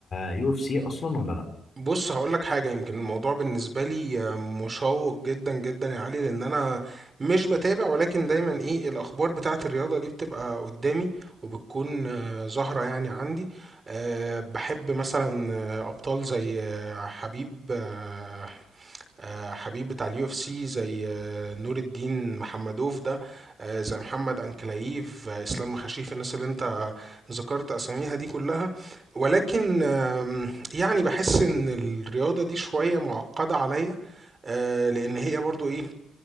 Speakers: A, on the left (about 45°); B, on the right (about 30°).
A: يو اف سي اصلا ولا لا
B: بص هقولك حاجة يمكن الموضوع بالنسبة لي آه، مشوق جدا جدا يا علي لأن أنا مش بتابع ولكن دايما إيه الأخبار بتاعة الرياضة دي بتبقى قدامي وبتكون آه، ظاهرة يعني عندي آه، بحب مثلا آه، أبطال زي آه، حبيب آه، آه، حبيب بتاع اليو اف سي زي آه، نور الدين محمدوف ده آه، زي محمد انكلايف آه، اسلام مخاشيف الناس اللي انت آه، ذكرت اساميها دي كلها ولكن آم، يعني بحس ان الرياضة دي شوية معقدة عليا آه، لان هي برضو ايه